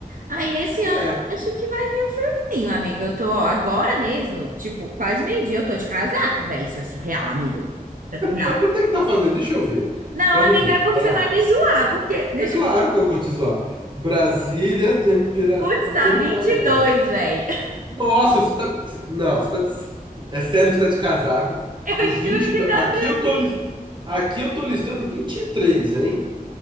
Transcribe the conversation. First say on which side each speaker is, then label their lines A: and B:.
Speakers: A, on the right; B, on the right.
A: Aí esse ano
B: É.
A: eu acho que vai vir um friozinho, amigo. Eu tô, ó, agora mesmo, tipo, quase meio-dia eu tô de casaco, velho. Isso é surreal, amigo. Isso é surreal.
B: Mas quanto é que tá fazendo? Deixa eu ver.
A: Não,
B: Vamos
A: amigo,
B: ver.
A: é porque
B: Bra...
A: você vai me zoar, porque deixa
B: É claro
A: eu ver
B: que eu vou te zoar. Brasília, temperatura
A: Putz, tá vinte
B: agora.
A: e dois velho.
B: Nossa, você tá. Não, você tá. É sério que você tá de casaco.
A: <laughs> Eu
B: Com 22.
A: juro que tá
B: Aqui
A: friozinho.
B: eu tô, lis- Aqui eu tô listando vinte e três hein?